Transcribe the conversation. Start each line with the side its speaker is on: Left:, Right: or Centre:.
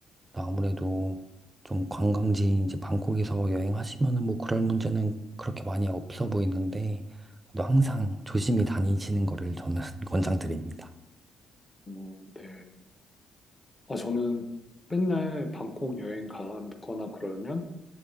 Right: 아무래도 좀 관광지인 이제 방콕에서 여행하시면은 뭐 그럴 문제는 그렇게 많이 없어 보이는데 또 항상 조심히 다니시는 거를 저는 <laughs> 권장드립니다.
Left: 음, 네. 아, 저는 맨날 방콕 여행 가거나 그러면